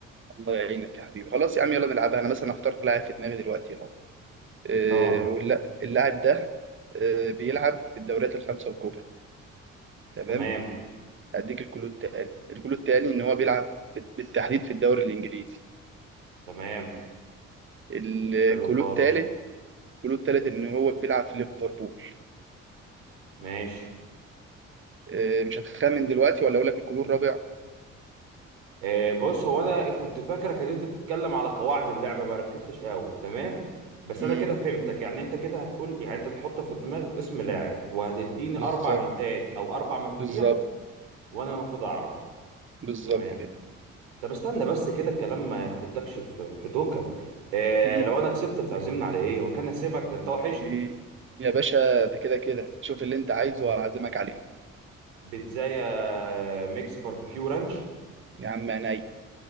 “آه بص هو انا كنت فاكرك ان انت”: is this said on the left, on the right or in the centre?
Right